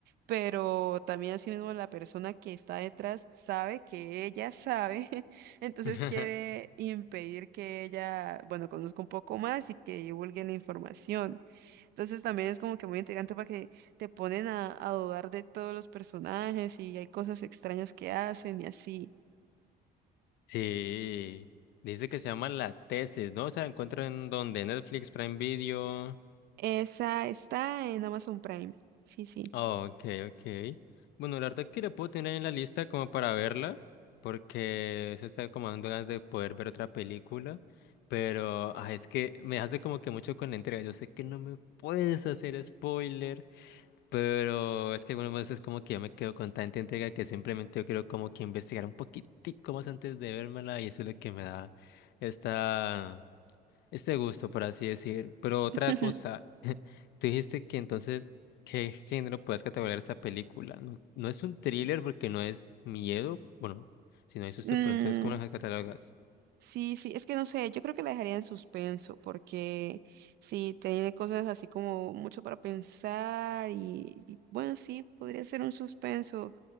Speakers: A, on the right; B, on the left.
A: pero también asimismo la persona que está detrás sabe que ella sabe, <laughs> entonces
B: <laughs>
A: quiere impedir que ella, bueno, conozca un poco más y que divulgue la información. Entonces también es como que muy intrigante para que te ponen a, a dudar de todos los personajes y hay cosas extrañas que hacen y así.
B: Sí, dice que se llama La Tesis, ¿no? O sea, encuentro en donde Netflix, Prime Video.
A: Esa está en Amazon Prime. Sí, sí.
B: Oh, Ok, ok. Bueno, la verdad que la puedo tener ahí en la lista como para verla, porque eso está como dando ganas de poder ver otra película, pero ah, es que me hace como que mucho con la entrega. Yo sé que no me puedes hacer spoiler, pero es que algunas veces como que yo me quedo con tanta entrega que simplemente yo quiero como que investigar un poquitico más antes de vérmela y eso es lo que me da esta este gusto, por así decir. Pero otra
A: <laughs>
B: cosa, <laughs> tú dijiste que entonces, ¿qué género puedes categorizar esta película? No, no es un thriller porque no es miedo, bueno, si no hay susto,
A: Mm,
B: pero entonces, ¿cómo las catalogas?
A: Sí, sí, es que no sé, yo creo que la dejaría en suspenso porque sí, tiene cosas así como mucho para pensar y, y bueno, sí, podría ser un suspenso,